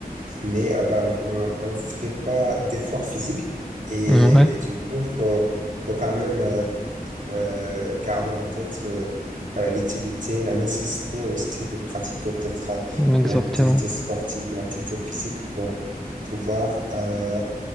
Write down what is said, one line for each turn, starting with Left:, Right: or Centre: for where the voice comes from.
Right: mais euh, voilà, on ne fait pas d'effort physique et,
Centre: ouais,
Right: et du coup, faut, faut quand même. euh, euh, garder en tête euh, voilà, l'utilité, la nécessité aussi de pratiquer peut-être euh,
Centre: ouais, exactement.
Right: une activité sportive, une activité physique pour pouvoir euh,